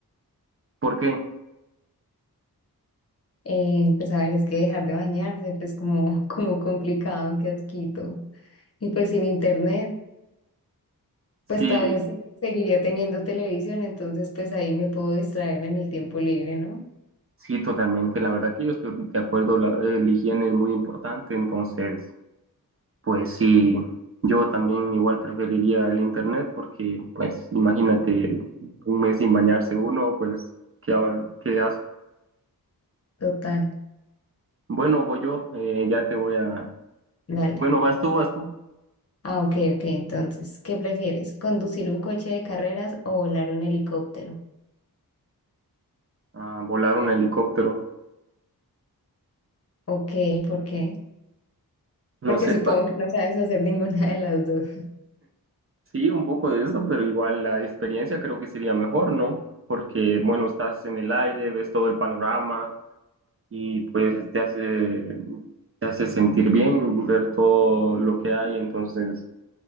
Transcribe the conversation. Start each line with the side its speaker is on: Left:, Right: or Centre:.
Right: ¿Por qué?
Left: Eh, pues a ver, es que dejar de bañarse, pues como, <laughs> como complicado, qué asquito. Y pues sin internet.
Right: Sí,
Left: pues todavía se- seguiría teniendo televisión, entonces pues ahí me puedo distraer en el tiempo libre, ¿no?
Right: sí, totalmente. La verdad que yo estoy de acuerdo, la, el higiene es muy importante, entonces, pues sí, yo también igual preferiría el internet porque, pues, imagínate un mes sin bañarse uno, pues, qué, a- qué asco.
Left: Total,
Right: Bueno, voy yo, eh, ya te voy a...
Left: dale.
Right: Bueno, vas tú, vas tú,
Left: Ah, ok, ok, entonces, ¿qué prefieres? ¿Conducir un coche de carreras o volar un helicóptero?
Right: a volar un helicóptero.
Left: Ok, ¿por qué? Porque
Right: No sé.
Left: supongo que no sabes hacer ninguna de las dos.
Right: Sí, un poco de eso, pero igual la experiencia creo que sería mejor, ¿no? Porque, bueno, estás en el aire, ves todo el panorama y pues te hace, te hace sentir bien ver todo lo que hay, entonces